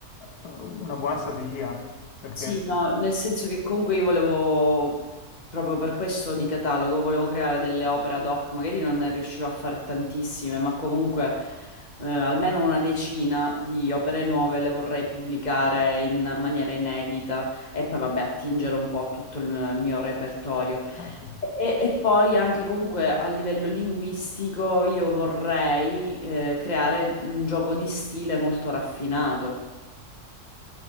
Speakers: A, on the left (about 80°); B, on the left (about 30°).
A: una buona strategia, perché
B: Sì, no, nel senso che comunque io volevo, proprio per questo di catalogo, volevo creare delle opere ad hoc, magari non ne riuscirò a fare tantissime, ma comunque eh, almeno una decina di opere nuove le vorrei pubblicare in maniera inedita e poi vabbè attingere un po' a tutto il mio repertorio.
A: Certo.
B: E, e poi anche comunque a livello linguistico io vorrei eh, creare un gioco di stile molto raffinato.